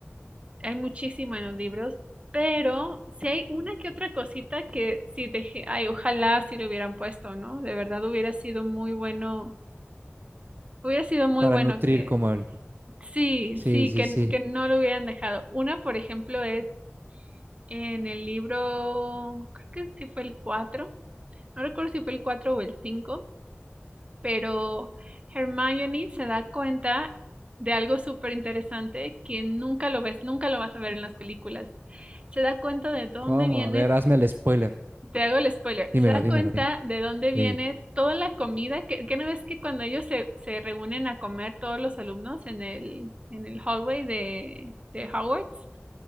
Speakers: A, on the right (about 25°); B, on the right (about 50°).
A: hay muchísimo en los libros, pero si hay una que otra cosita que sí dejé, ay, ojalá si lo hubieran puesto, ¿no? De verdad hubiera sido muy bueno. Hubiera sido muy
B: para
A: bueno
B: nutrir
A: que
B: como el...
A: Sí,
B: Sí,
A: sí,
B: sí,
A: que,
B: sí.
A: que no lo hubieran dejado. Una, por ejemplo, es en el libro, creo que sí fue el 4. no recuerdo si fue el 4 o el cinco. pero Hermione se da cuenta de algo súper interesante que nunca lo ves, nunca lo vas a ver en las películas. Se da cuenta de dónde
B: ¿Cómo?
A: viene
B: A ver, hazme el spoiler.
A: te hago el spoiler.
B: Dímelo,
A: Se da
B: dímelo.
A: cuenta
B: di-
A: de dónde viene
B: eh,
A: toda la comida. Que, que no ves que cuando ellos se, se reúnen a comer todos los alumnos en el, en el hallway de, de Hogwarts,